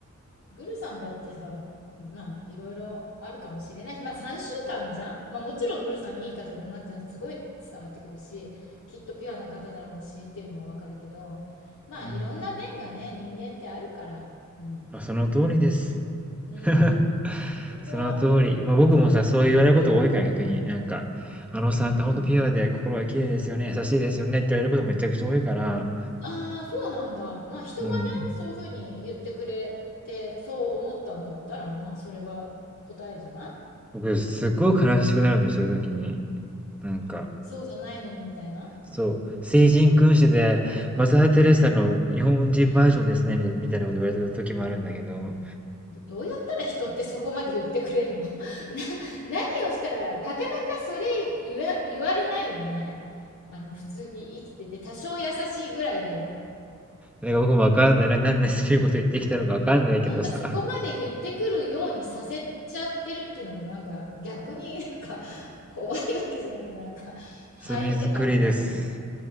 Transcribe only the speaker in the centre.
うん。
まあ、その通りです。
<laughs>
その通り。
まあ、
僕もさ、そう言われること多いから逆に、
なんか、あのさんってほんとピュアで心が綺麗ですよね、
優しいですよねって言われることめちゃくちゃ多いから、
うん。
僕すっごい悲しくなるんだよ、そういう時に。なんか、
そう、聖人君子で、マザー・
テレサの日本人バージョンですね、
みたいみたいなこと言われた時もあるんだけど、
なんか僕もわかんない、ななんでそういうこと言ってきたのかわかんないけどさ、
罪作りです。